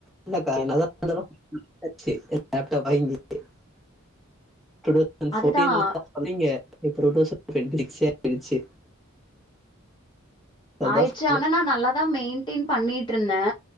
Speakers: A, in the centre; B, on the left.
A: இல்லக்கா என்னதா இருந்தாலு <inaudible> லேப்டாப் வாங்கி <inaudible>
B: அதுதான்
A: அதான்
B: ஆய்ட்ச்சு
A: சொன்னேன்
B: ஆனா நா நல்லாதா மெயின்டெயின் பண்ணிட் இருந்தே